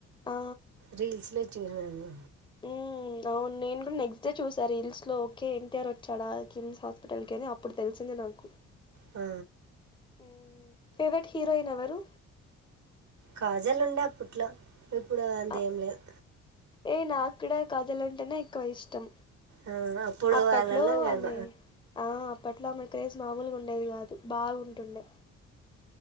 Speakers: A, on the left; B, on the right.
A: ఆ
B: రీల్స్ లో చూసను
A: హ్మ్ వును నేను కూడా నెక్స్ట్ డే చూశారు రీల్స్ లో ఓకే ఎన్టీఆర్ వచ్చాడా కిమ్స్ హాస్పిటల్ కి అని అప్పుడు తెలిసింది నా నాకు
B: ఆ
A: మ్మ్ ఫేవరెట్ హీరోయిన్ ఎవరు
B: కాజల్ ఉండే అప్పట్లో ఇప్పుడు అంతెం
A: అ
B: లేదు
A: ఏ నాక్కడ కాజల్ అంటేనే ఎక్కువ ఇష్టం
B: ఆ, అప్పుడు
A: అప్పట్లో
B: వాళ్ళలో గమ
A: ఆమె ఆ అప్పట్లో ఆమె క్రేజ్ మామూలుగా ఉండేది కాదు బాగుంటుండే